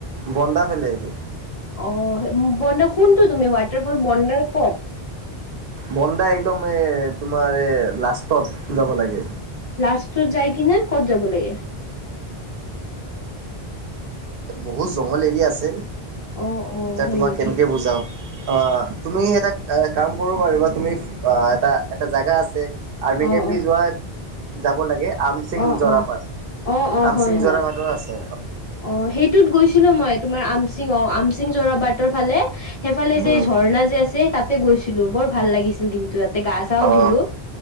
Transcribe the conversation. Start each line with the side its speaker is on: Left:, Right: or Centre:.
Right: বন্দা ফেল আহাইছো।
Left: অ বডাৰ শুনটো তুমি ৱাটাৰফল বন্দাৰ ক'ত।
Right: বন্দা একদম এ তোমাৰ এ লাষ্টত যাব লাগে।
Left: লাষ্টটোৰ যায় কি ন ক'ত যাব লাগে।
Right: বহুত জংঘল এৰিয়া আছে।
Left: অ' অ'
Right: এতিয়া
Left: হয়
Right: তোমাক
Left: নেকি
Right: কেনেকে বুজাও অ তুমি এটা কাম। কৰাৰ তুমি অ এটা এটা জোগা আছে আি
Left: অ'
Right: কেম্প
Left: অ'
Right: দি যোৱা যাব লাগে। আমচিং
Left: অ'
Right: জোৰা
Left: অ'
Right: পাট
Left: অ' অ'
Right: আমচিং
Left: হয় হয়
Right: জোৰা পাটো আছে।
Left: অ সেইটোত গৈছিলো মই তোমাৰ আমচিং অ আমচিং জৰা বাৰটৰ ফালে। সেইফালে
Right: উম
Left: যে ঝৰ্ণা যে আছে তাতে গৈছিলো বৰ ভাল লাগিছিল কিন্তু তাতে গা চা
Right: অ
Left: ধুলো।